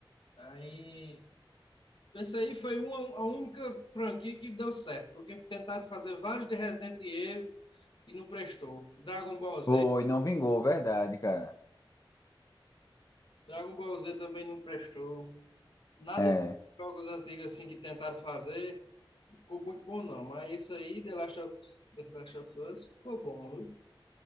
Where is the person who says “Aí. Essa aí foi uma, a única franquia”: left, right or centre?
Left